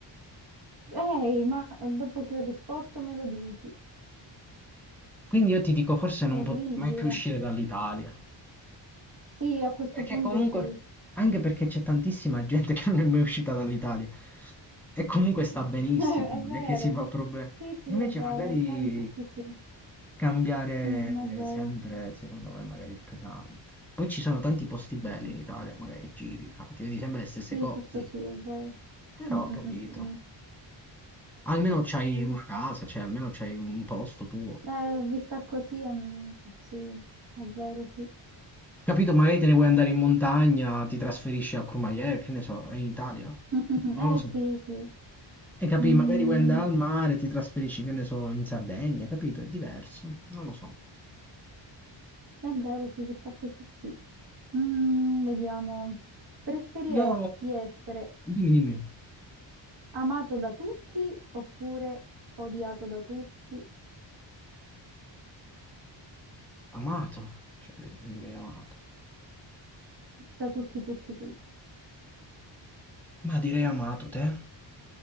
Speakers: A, on the right; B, in the centre.
A: Ehi, ma eh, dopo che ho risposto me lo dici.
B: Quindi io ti dico, forse non
A: Terribile.
B: potrò mai più uscire dall'Italia.
A: Sì, a questo
B: Perché
A: punto
B: comunque,
A: sì. <laughs>
B: anche perché c'è tantissima gente che non è mai uscita dall'Italia. E comunque sta benissimo,
A: È, è
B: non
A: vero,
B: è che si
A: è
B: fa
A: ve-
B: problemi.
A: Sì, sì,
B: Invece
A: è vero.
B: magari
A: Eh, infatti sì,
B: cambiare
A: Mm, è vero.
B: sempre, secondo me, magari è pesante. Poi ci sono tanti posti belli in Italia, magari giri, sai, ti vedi sempre le stesse
A: Sì,
B: cose.
A: questo sì, è vero.
B: Però
A: Mm,
B: ho
A: mm,
B: capito.
A: mm, mm.
B: Almeno c'hai
A: Sì.
B: una casa, cioè almeno c'hai un posto tuo.
A: Eh, vista così, è- sì, è vero, sì.
B: Capito? Magari te ne vuoi andare in montagna, ti trasferisci a Courmayeur, che ne so, in Italia.
A: <laughs>
B: Non
A: Eh
B: lo so.
A: sì, sì.
B: E capì,
A: Mm.
B: magari vuoi andare al mare, ti trasferisci, che ne so, in Sardegna, capito? È diverso, non lo so.
A: È vero, sì, questa così sì. Mm, vediamo. Preferiresti
B: Io,
A: essere
B: dimmi, dimmi,
A: amato da tutti oppure odiato da tutti?
B: amato, cioè, direi amato.
A: Da tutti, tutti, tutti.
B: Ma direi amato te?